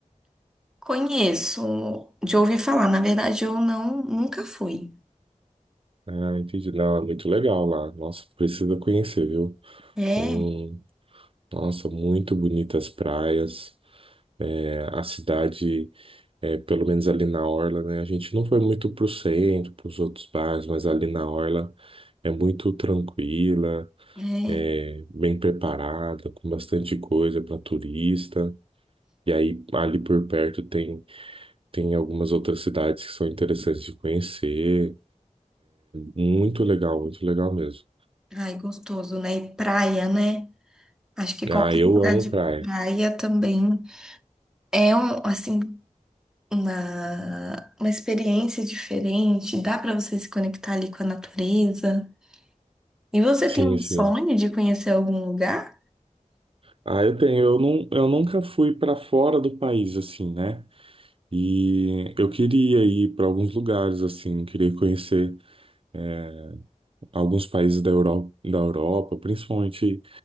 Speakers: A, in the centre; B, on the right (about 45°).
A: Conheço, de ouvir falar. Na verdade, eu não, nunca fui.
B: Ah, entendi. Não, é muito legal lá. Nossa, precisa conhecer, viu?
A: É,
B: Hum, nossa, muito bonitas praias. É, a cidade, é, pelo menos ali na Orla, né? A gente não foi muito pro centro, pros outros bairros, mas ali na Orla é muito tranquila,
A: é.
B: é, bem preparada, com bastante coisa para turista. E aí, ali por perto tem, tem algumas outras cidades que são interessantes de conhecer. Muito legal, muito legal mesmo.
A: Ai, gostoso, né? E praia, né? Acho que qualquer
B: Ah, eu
A: lugar
B: amo
A: de
B: praia.
A: praia também é um, assim, uma, uma experiência diferente. Dá para você se conectar ali com a natureza. E você
B: Sim,
A: tem um
B: sim.
A: sonho de conhecer algum lugar?
B: Ah, eu tenho. Eu, não, eu nunca fui para fora do país, assim, né? E eu queria ir para alguns lugares, assim, queria conhecer eh, alguns países da Europa, da Europa, principalmente